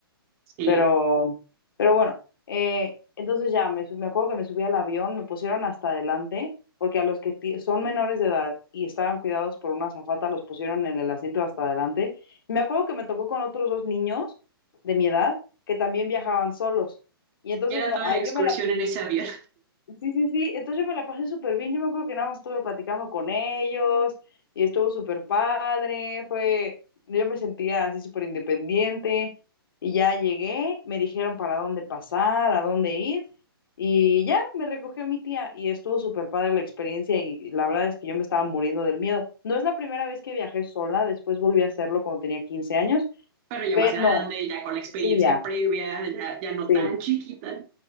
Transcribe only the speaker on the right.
Sí,
y era
toda
la excursión
en ese avión,
<laughs> pero ya
más grande,
ya con la experiencia
previa, ya, ya no
tan chiquita.